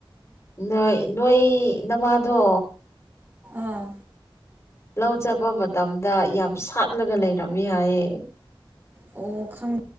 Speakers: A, on the left (about 30°); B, on the right (about 25°).
A: ꯅꯣꯏ ꯅꯣꯏ ꯅꯃꯥꯗꯣ
B: ꯑꯥ
A: ꯂꯧ ꯆꯠꯄ ꯃꯇꯝꯗ ꯌꯥꯝ ꯁꯥꯠꯂꯒ ꯂꯩꯔꯝꯃꯤ ꯍꯥꯏꯌꯦ
B: ꯑꯣ ꯈꯪ